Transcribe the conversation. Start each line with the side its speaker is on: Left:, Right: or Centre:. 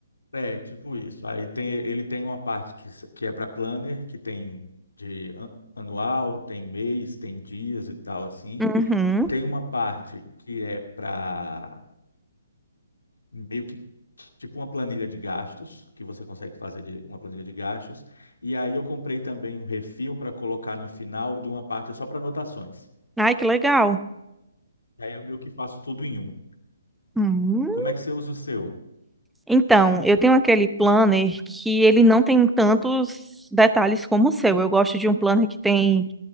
Left: É, tipo isso. Aí tem, ele tem uma parte que, s- que é para planner, que tem de an- anual, tem mês, tem dias e tal assim.
Centre: Uhum.
Left: Tem uma parte que é para meio que tipo uma planilha de gastos, que você consegue fazer de uma planilha de gastos. E aí eu comprei também um refil para colocar no final de uma parte só para anotações.
Centre: Ai, que legal.
Left: E aí eu meio que faço tudo em um.
Centre: Hum.
Left: Como é que você usa o seu?
Centre: Então, eu tenho aquele planner que ele não tem tantos detalhes como o seu. Eu gosto de um planner que tem